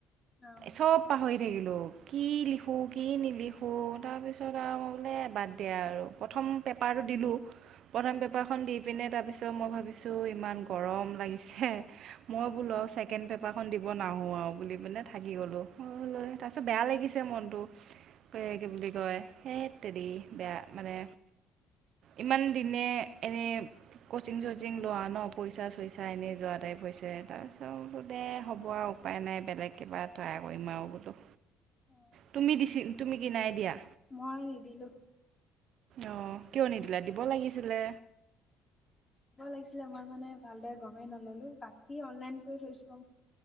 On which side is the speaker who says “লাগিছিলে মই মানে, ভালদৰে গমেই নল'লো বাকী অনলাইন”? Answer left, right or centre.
Left